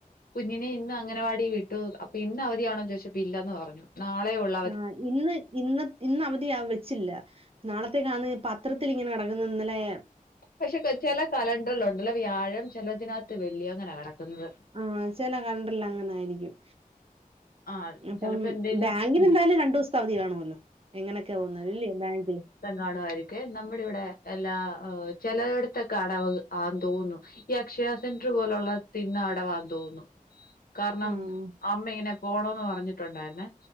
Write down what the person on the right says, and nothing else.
ആഹ് ഇന്ന് ഇന്ന് ഇന്നവധിയാ വെച്ചില്ല. നാളത്തേക്കാന്ന് പത്രത്തിലിങ്ങനെ കെടക്കുന്നിന്നലെ
ആഹ് ചെല കലണ്ടറിലങ്ങനെ ആയിരിക്കും.
അപ്പം
ബാങ്കിനെന്തായാലും
രണ്ടു ദിവസത്തെ അവധി കാണുഅല്ലോ എങ്ങനെയൊക്കെയ വന്നാലും എല്ലേ ബാങ്കില്
ആഹ്